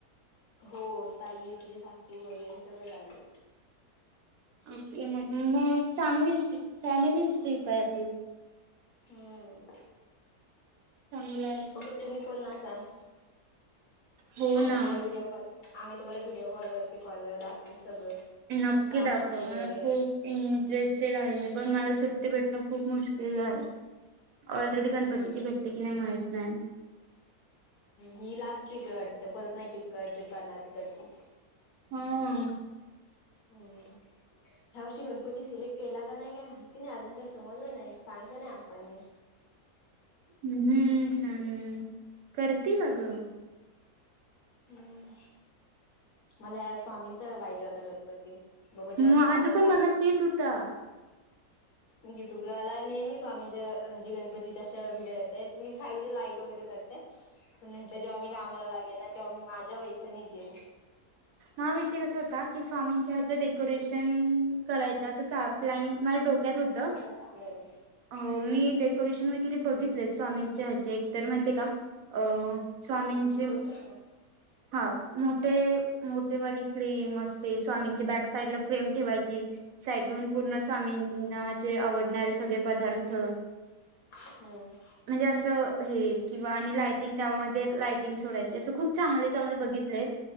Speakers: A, on the left; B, on the right.
A: हो. ताई, तिचेे सासू वगैरे सगळे जाणार आहेत.
B: ओके. मग मग चांगलीच फॅमिलीच ट्रिप आहे आपली.
A: हम्म.
B: चांगलं आहे
A: फक्त तुम्ही कोण नसाल.
B: हो ना
A: तुम्हाला व्हिडिओ कॉल आम्ही तुम्हाला व्हिडिओ कॉलवरती कॉल दाखवू सगळं
B: नक्की
A: राम
B: दाखव
A: मंदिर
B: मला
A: वगैरे
B: खूप इंटरेस्टेड आहे पण मला सुट्टी भेटणं खूप मुश्किल आहे. ऑलरेडी
A: हम्म.
B: गणपतीची भेटते की नाही माहित न्हाय.
A: ही लास्ट ट्रीप आहे वाटतं परत नाही ट्रीप काढणार तिकडची.
B: हम्म
A: हम्म ह्या वर्षी गणपती सिलेक्ट केला का नाही काही माहिती नाही अजून काही समजलं नाही सांगितलं नाही आप्पांनी.
B: हम्म करतील अगं
A: हम्म हम्म मला स्वामींचा पाहिजे होता गणपती बघू जेव्हा
B: माझं
A: मी कामाला
B: पण
A: लागेन
B: मनात तेच होता
A: मी युट्यूबला मला नेहमी स्वामीच्या म्हणजे गणपतीच्या अशा व्हिडिओ येत आहेत मी फार वेळी लाईक वगैरे करते. पण म्हटलं जेव्हा मी कामाला लागेल ना तेव्हा मी माझ्या पैशाने घेईन.
B: हा विषय कसा होता की स्वामींच्या हेच डेकोरेशन करायचं असं प्लॅनिंग माझ्या डोक्यात होतं
A: चांगलंय
B: हो मी डेकोरेशन वगैरे बघितलेत स्वामींचे हेत एकतर माहितिये का अ स्वामींची
A: तर ना
B: हां मोठे मोठेवाली फ्रेम असते स्वामींची बॅक साइड ला फ्रेम ठेवायची साईटून पूर्ण स्वामींना जे आवडणारे सगळे पदार्थ
A: हम्म
B: म्हणजे असं हे किंवा आणि लायटिंग त्यामध्ये लायटिंग सोडायची असं खूप चांगले त्यामध्ये बघितलेत